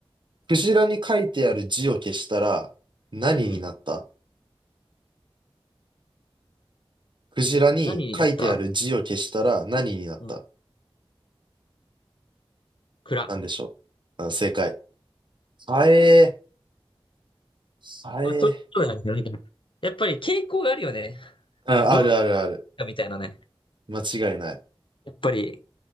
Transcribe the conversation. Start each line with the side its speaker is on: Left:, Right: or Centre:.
Right: クジラに書いてある字を消したら何になった
Left: うん。
Right: クジラに書いてある字を消したら何になった
Left: 何やったうん。蔵。
Right: なんでしょう。あ、正解。はえー、はえ
Left: まあ、そういうことだよね。やっぱり傾向があるよね。
Right: ー。あ、
Left: どういう
Right: あるあるある。
Left: かみたいなね。
Right: 間違いない。
Left: やっぱり、